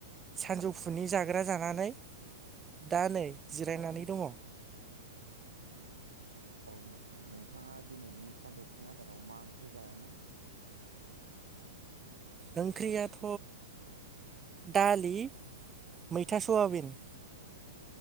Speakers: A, on the right (about 20°); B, on the right (about 90°).
A: सानजौफुनि जाग्रा जानानै दा नै जिरायनानै दङ।
B: औ नोंथां नोंथाङा दिनैनि सानजौफुनि आदाराव मा ओंख्रि जायामोन?
A: ओंख्रियाथ' दालि मैथा सयाबिन।